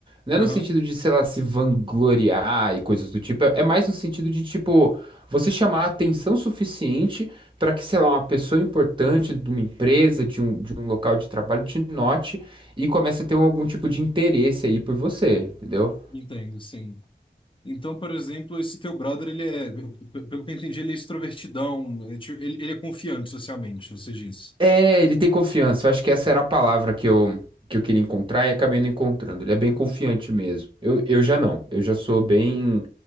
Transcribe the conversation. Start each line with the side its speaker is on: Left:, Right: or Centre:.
Right: Não
Left: Aham.
Right: é no sentido de, sei lá, se vangloriar e coisas do tipo. É, é mais no sentido de, tipo, você chamar a atenção suficiente para que, sei lá, uma pessoa importante de uma empresa, de um, de um local de trabalho te note e comece a ter algum tipo de interesse aí por você, entendeu?
Left: Entendo, sim. Então, por exemplo, esse teu brother, ele é, p- pelo que eu entendi, ele é extrovertidão, é tipo- ele, ele é confiante socialmente, você disse.
Right: É, ele tem confiança. Eu acho que essa era a palavra que eu, que eu queria encontrar e acabei não encontrando. Ele é bem confiante mesmo. Eu, eu já não. Eu já sou bem,